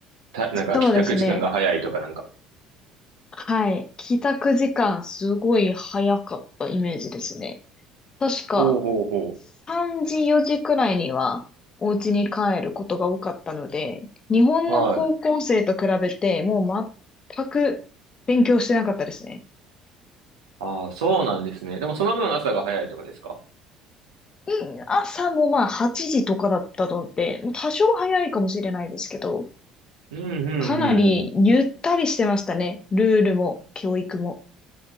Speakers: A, on the right; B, on the left.
A: た、なんか帰宅時間が早いとかなんか。
B: そうですね。はい。帰宅時間、すごい早かったイメージですね。確か、
A: おうほうほ
B: 3時4時くらいにはお家に帰ることが多かったので、日本の高校生と比べてもう全く勉強してなかったですね。
A: う。はい。ああ、そうなんですね。でもその分朝が早いとかですか
B: うん、朝もまあ8時とかだったので、もう多少早いかもしれないですけど、
A: うんうんうんうん。
B: かなりゆったりしてましたね。ルールも教育も。